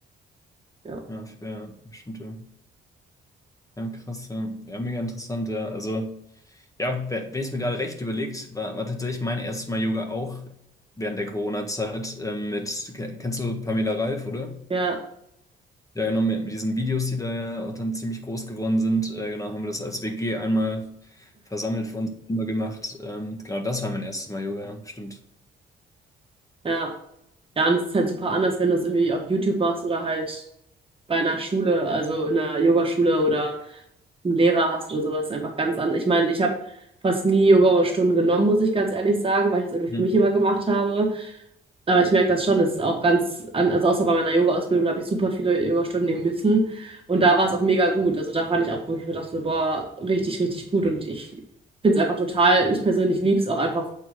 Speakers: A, on the right; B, on the left.
A: Ja.
B: Ja, für bestimmte. Ja, Ja, krass, ja. Ja, mega interessant, ja. Also, ja, wer- wenn ich es mir gerade recht überlegt, war, war tatsächlich mein erstes Mal Yoga auch während der Corona-Zeit ähm, mit, ke- kennst du Pamela Reif, oder?
A: Ja,
B: Ja, genau, mit, mit diesen Videos, die da ja auch dann ziemlich groß geworden sind, äh, genau, haben wir das als WG einmal versammelt vor uns immer gemacht. Ähm, genau, das war mein erstes Mal Yoga, ja, stimmt.
A: ja. Ja, und es ist halt super anders, wenn du es irgendwie auf YouTube machst oder halt bei einer Schule, also in einer Yogaschule oder einen Lehrer hast oder sowas, ist einfach ganz anders. Ich meine, ich habe fast nie Yoga-Stunden genommen, muss ich ganz ehrlich sagen, weil ich das irgendwie
B: Mhm.
A: für mich immer gemacht habe. Aber ich merke das schon, es ist auch ganz, an- also außer bei meiner Yoga-Ausbildung, da habe ich super viele Yoga-Stunden nehmen müssen. Und da war es auch mega gut. Also da fand ich auch, wo ich mir dachte, so, boah, richtig, richtig gut. Und ich finde es einfach total, ich persönlich liebe es auch einfach,